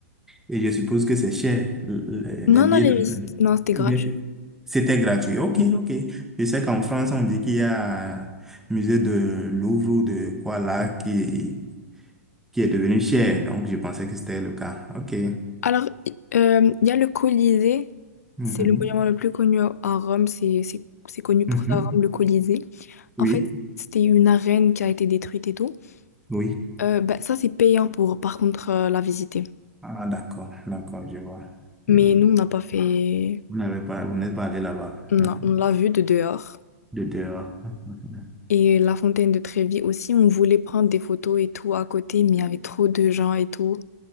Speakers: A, in the centre; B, on the left (about 75°).
A: Et je suppose que c'est cher, le-
B: Non,
A: les billets
B: non, les
A: d'avion.
B: visites, non, c'était
A: Ou
B: gratuit.
A: bien c'est- C'était gratuit. Ok,
B: Mhm.
A: ok. Je sais qu'en France, on dit qu'il y a un musée de Louvre ou de quoi là qui, qui est devenu cher. Donc, je pensais que c'était le cas. Ok.
B: Alors, euh, il y a le Colisée,
A: Mhm.
B: c'est le monument le plus connu à à Rome, c'est c'est- c'est connu
A: Mhm.
B: pour ça, Rome, le Colisée.
A: Oui,
B: En fait, c'était une arène qui a été détruite et tout.
A: oui.
B: Euh, ben, ça, c'est payant pour, par contre, euh, la visiter.
A: Ah, d'accord, d'accord, je vois.
B: Mais
A: Je vois.
B: nous, on n'a pas fait...
A: Vous n'avez pas, vous n'êtes pas allé là-bas.
B: Non,
A: Mhm.
B: on l'a vue de dehors.
A: De dehors. Mhm.
B: Et la fontaine de Trévi aussi, on voulait prendre des photos et tout à côté, mais il y avait trop de gens et tout.